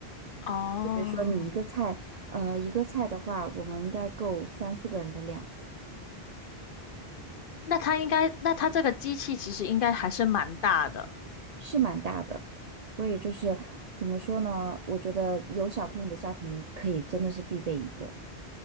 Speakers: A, on the left (about 60°); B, on the right (about 50°).
A: 哦，
B: 就比如说你一个菜，呃，一个菜的话，我们应该够三四个人的量。
A: 那他应该，那他这个机器其实应该还是蛮大的。
B: 是蛮大的，所以就是怎么说呢？我觉得有小朋友的家庭可以真的是必备一个。